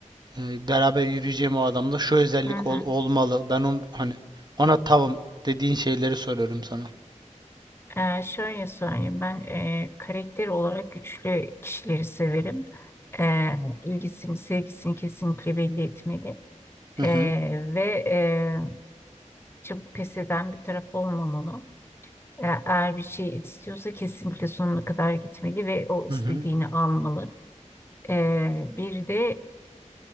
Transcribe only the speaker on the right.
e, beraber yürüyeceğim o adamda şu özellik
ol- olmalı. Ben on, hani ona tavım dediğin şeyleri soruyorum sana.
Hı hı.
Hı
hı.